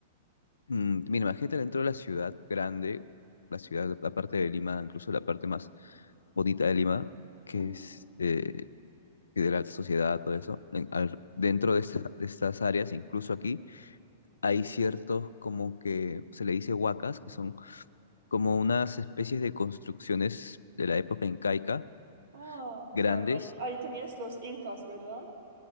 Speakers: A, on the left; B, on the right.
A: mm, mira, imagínate dentro de la ciudad grande, la ciudad, la parte de Lima, incluso la parte más bonita de Lima, que
B: Ujú.
A: es eh, que de la alta sociedad, todo eso. en- al- dentro de, esta- de estas áreas, incluso aquí, hay ciertos como que se le dice huacas, que son como unas especies de construcciones de la época incaica,
B: Ah,
A: grandes
B: claro, ahí, ahí tenías los incas, ¿verdad?